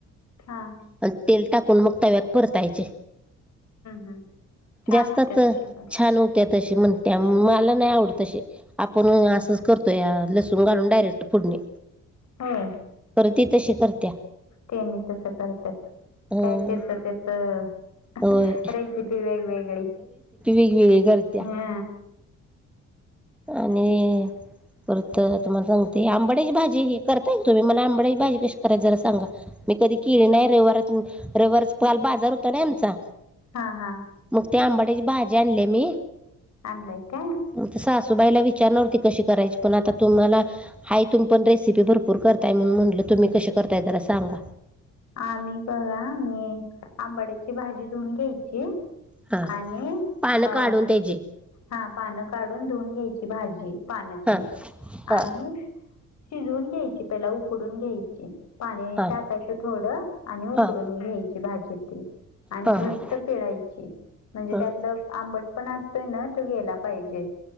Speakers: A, on the left; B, in the centre.
A: हां.
B: आणि तेल टाकून मग तव्यात परतायचे.
A: हम्म छान
B: जास्तच
A: होत्या तशी पण
B: छान त्या तशी म्हणत्या मला नाही आवडत तशी आपण असंच करतो या लसून घालून डायरेक्ट फोडणी
A: होय
B: पर ती तशी करतीया.
A: सेम तसं करत्यात.
B: अं,
A: काय ज्याच त्याच
B: होय
A: रेसिपी वेगवेगळी.
B: वेगवेगळे करत्या.
A: हा
B: आणि परत तुम्हाला सांगते आंबड्याची भाजी हे करताय का तुम्ही मला आंबड्याची भाजी कशी करायच जरा सांगा? मी कधी केले नाही रविवारात रविवारच काल बाजार होता नाही आमचा.
A: हा हा
B: मग ते आंबाड्याचे भाजी आणलीया मी.
A: आणलाय काय
B: तसं सासूबाईला विचारणार होती कशी करायची पण आता तुम्हाला हाय तुम्ही पण रेसिपी भरपूर भरपूर करताय म्हणून म्हटलं तुम्ही कसे करताय जरा सांगा.
A: आम्ही बघा मी आंबाड्याची भाजी धुवुन घ्यायची.
B: हां
A: आणि
B: पानं
A: अ..
B: काढून त्याची
A: हा पान काढून धुवून घ्यायची भाजी पान ती
B: हां हां
A: आणि शिजवून घ्यायची त्याला उकडून घ्यायची पाणी
B: हां
A: टाकाय थोड आणि
B: हां
A: उकडून घ्यायची भाजीती आणि
B: हां
A: घट
B: हां
A: पिळायची म्हणजे
B: हां
A: त्यातलं आंबट पण असतोय ना तो घ्यायला पाहिजे.